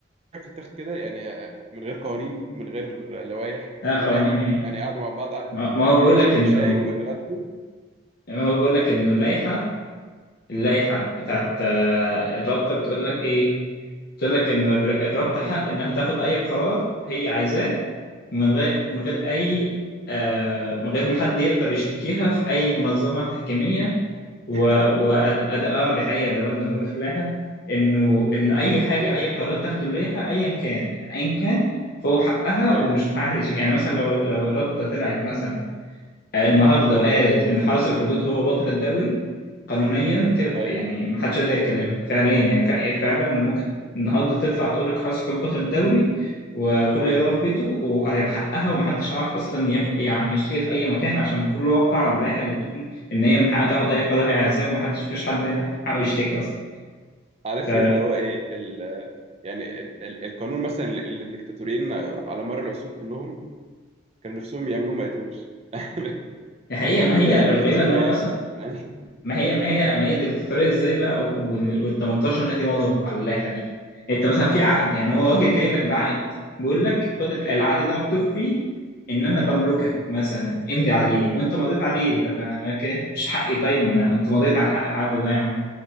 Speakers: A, on the right; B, on the left.
A: بتتاخد كده يعني آه، من غير قوانين من غير لوائح
B: انا
A: من
B: خرانين
A: غير اي حاجه
B: ايه
A: يعني قعدوا مع بعض قعدة
B: ما
A: رجاله
B: ما هو
A: كده
B: بقول
A: شربوا
B: لك انه
A: شاي واتغدوا
B: ما هو بقول لك انه اللائحة اللائحة بتاعت آه، الرابطة بتقول لك إيه بتقول لك إن الر- الرابطة
A: امم
B: حق إنها تاخد أي قرار هي عايزاه من غير من غير أي آه، من غير ما حد يقدر يشتكيها في أي منظمة تحكيمية و
A: <laughs>
B: وأد... أد... آه دي حقيقة ده بند موجود في اللائحة إنه إنه أي حاجة
A: جامد.
B: أي قرار تاخده اللائحة أيا كان يعني أيا كان فهو حقها
A: ايوه
B: ومش حق حد يشتكي يعني مثلا لو لو الرابطة طلعت مثلا النهارده لو قالت ان حرس الحدود هو بطل الدوري قانونيا تق-
A: ايوه
B: يعني محدش يقدر يتكلمها فعليا يعني فع- فعلا ممكن النهارده تطلع تقول لك حرس الحدود بطل الدوري وكل يروح
A: ايوه
B: بيته وهيحققها ومحدش عارف اصلا ياخد يعني يشتكي في اي مكان عشان كله وقع على اللائحه اللي بتقول ان هي من حقها تاخد اي قرار هي عايزاه ومحدش فيش حد حقه يشتكي اصلا
A: عارف
B: ف
A: ايه اللي هو ايه ال يعني ال- ال- القانون مثلا اللي الدكتاتوريين على مر العصور كلهم كانوا نفسهم يعملوه ما قدروش <laughs>
B: الحقيقه ما هي
A: ده اعلام
B: الغريبه
A: ديكتاتوريه
B: ان هو مثلا
A: يا عم يعني
B: ما هي ما هي ما هي ديكتاتورية ازاي بقى وال وال 18 نادي مضوا على اللائحة دي يعني انت مثلا في عقد يعني هو راجل جاي لك بعقد بيقول لك خد ال- العقد
A: <laughs> ايوه
B: ده مكتوب فيه ان انا بملكك مثلا امضي عليه وانت مضيت عليه طب يعني اوكي مش حقي طيب ما انا انت مضيت على الحق العقد ده يا عم